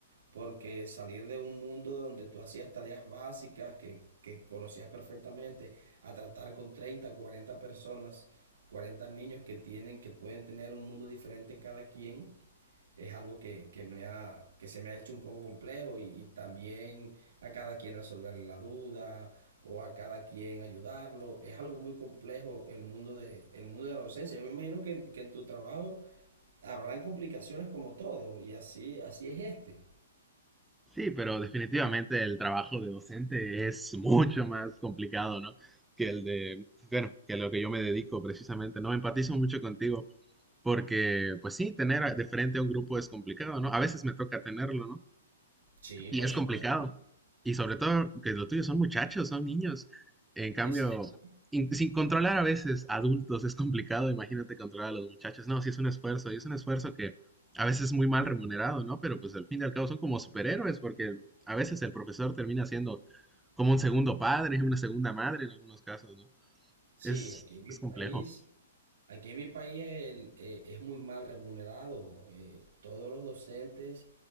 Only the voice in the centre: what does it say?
Sí, pero definitivamente el trabajo de docente es mucho más complicado, ¿no? Que el de, bueno, que lo que yo me dedico precisamente, ¿no? Empatizo mucho contigo porque, pues sí, tener a- de frente a un grupo es complicado, ¿no? A veces me toca tenerlo, ¿no?
Y
es
complicado. Y sobre todo que lo tuyo son muchachos, son niños. En cambio,
in- sin controlar a veces adultos es complicado, imagínate controlar a los muchachos. No, sí es un esfuerzo, y es un esfuerzo que a veces es muy mal remunerado, ¿no? Pero pues al fin y al cabo son como superhéroes, porque a veces el profesor termina siendo como un segundo padre, una segunda madre en algunos casos, ¿no?
Es,
es
complejo.